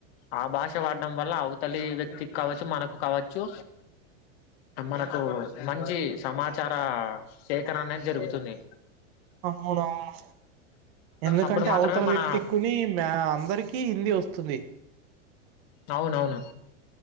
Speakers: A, on the left; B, on the right.
A: ఆ భాష వాన్ డం వల్ల అవతలి వ్యక్తికి కావచ్చు, మనకు కావచ్చు, మనకు మంచి సమాచార సేకరణ అనేది జరుగుతుంది.
B: అవునవును ఎందుకంటే
A: అప్పుడు మాత్రమే
B: అవతల
A: మన
B: వ్యక్తికుని మ్య అందరికీ హిందీ వస్తుంది.
A: అవునవును